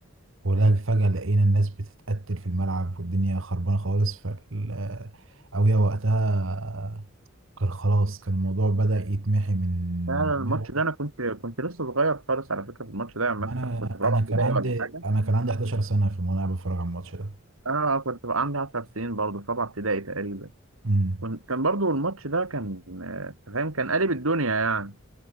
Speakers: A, on the right; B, on the right.
A: ولا فجأة لقينا الناس بتتقتل في الملعب والدنيا خربانة خالص فال أويا وقتها كان خلاص كان الموضوع بدأ يتمحي من
B: فعلا
A: دماغه
B: الماتش ده انا كنت كنت لسه صغير خالص على فكرة في الماتش ده يعني مثلا
A: أنا
B: كنت في رابعة
A: أنا
B: ابتدائي
A: كان عندي
B: ولا حاجة
A: أنا كان عندي 11 سنة في وأنا قاعد بتفرج على الماتش ده
B: انا كنت بقى عندي 10 سنين برضه في رابعة ابتدائي تقريبا
A: امم
B: كنت كان برضه الماتش ده كان آه، فاهم كان قالب الدنيا يعني